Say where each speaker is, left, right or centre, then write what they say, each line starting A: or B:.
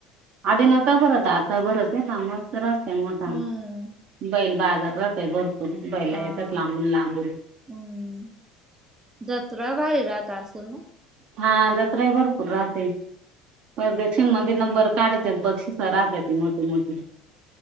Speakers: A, on the right; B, on the right.
A: आधी नव्हतं भरत आता भरत आहे ना, मस्त राहते मोठा
B: हम्म
A: बैल बाजार भरपूर बैला
B: हा.
A: येतात लांबून- लांबून.
B: हम्म जतरा भारी राहता असेल ना.
A: हा जत्रा ही भरपूर राहते. प्रदर्शन मध्ये नंबर काढतेत बक्षिस राहतात मोठी मोठी.